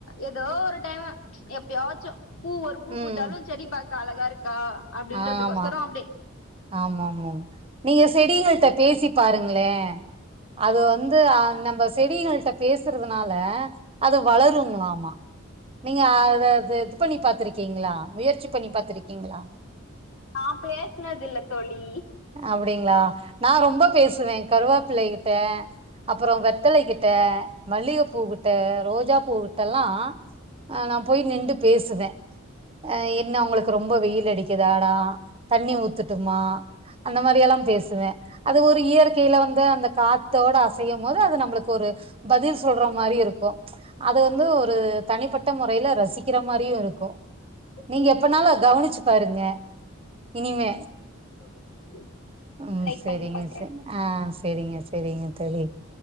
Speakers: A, on the left; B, on the right.
A: ஏதோ ஒரு டைமு எப்பயாச்சு பூ ஒரு பூ
B: ம்
A: பூத்தாலு செடி பாக் க அழகாருக் கா அப்டின்றதுக்கொசரோ
B: ஆமா
A: அப்டி
B: ஆமாமாம் நீங்க செடிகள்ட்ட பே சி பாருங்ளே அது வந்து அ நம்ம செடிகள்ட்ட பேசுறதுனால அது வளருங்ளாமா நீங்க அத த செக் பண்ணி பாத்துருக்கிங்ளா முயற்சி பண்ணி பாத்துருக்கிங்ளா
A: நா பேசுனதில்ல தோழி
B: அப்டிங்களா நா ரொம்ப பேசுவேன் கருவேப்பிலகிட்ட அப்பறோ வெத்தலை கிட்ட மல்லிகப்பூ கிட்ட ரோஜா பூ கிட்டெல்லா நா போய் நின்டு பேசுவே அ என்ன உங்களுக்கு ரொம்ப வெயில் அடிக்குதாடா தண்ணி ஊத்துட்டுமா அந்த மாரியெல்லா பேசுவே அது ஒரு இயற்கையில வந்து அந்த காத்தோட அசையும் போது அது நம்மளுக்கு ஒரு பதில் சொல்ற மாரி இருக்கு அது வந்து ஒரு தனிப்பட்ட முறையில ரசிக்கிற மாரியு இருக்கு
A: ஓகே
B: நீங்க எப்பனாலு
A: தோழி
B: கவனிச்சு பாருங்க இனிமே
A: ஓகே தோழி
B: ம்
A: ட்ரை
B: செரிங்க
A: பண்ணி பாக்குறே
B: ச ஆ செரிங்க ச செரிங்க தோழி